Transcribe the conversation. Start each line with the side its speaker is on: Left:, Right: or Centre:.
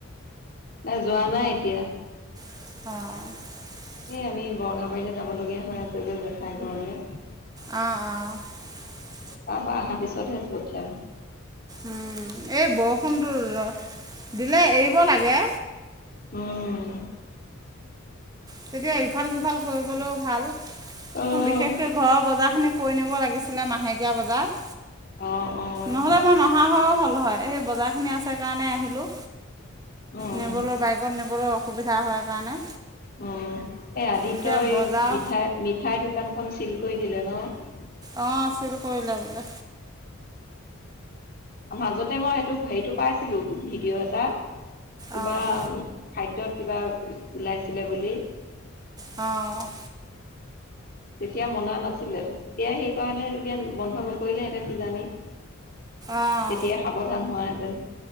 Left: তাই যোৱা নাই এতিয়া।
Right: অ'।
Left: এই আমি বৰঙাবাৰীলৈ যাবলগীয়া হৈ আছে জেঠাই ঘৰলৈ।
Right: অ', অ'।
Left: তাৰপা অহাৰ পিছতহে লৈ যাম।
Right: উম, এই বৰষুণটো দিলে এৰিব লাগে।
Left: উম।
Right: তেতিয়া ইফাল সিফাল কৰিবলৈও ভাল।
Left: অ',
Right: মোৰ বিশেষকৈ ঘৰৰ বজাৰখিনি কৰি নিব লাগিছিলে মাহেকীয়া বজাৰ।
Left: অ', অ',
Right: নহ'লে মই নহা হৈও হ'ল হয়, এই বজাৰখিনি আছে কাৰণে আহিলোঁ।
Left: অ',
Right: নিবলৈ বাইকত নিবলৈ অসুবিধা হয় কাৰণে।
Left: অ', এই আদিত্য
Right: এতিয়া
Left: এই
Right: বজাৰ
Left: মিঠাই, মিঠাইৰ দোকানখন চিল কৰি দিলে ন?
Right: অঁ চিল কৰিলে বোলে
Left: মাজতে মই সেইটো হেৰিটো পাইছিলোঁ ভিডিঅ' এটা। কিবা
Right: অঁ
Left: খাদ্যত কিবা ওলাইছিলে বুলি।
Right: অ'।
Left: তেতিয়া মনা নাছিলে, তেতিয়া সেইকাৰণে যেতিয়া বন্ধ নকৰিলেহেঁতেন কিজানি।
Right: অঁ
Left: তেতিয়াই সাৱধান হোৱাহেঁতেন।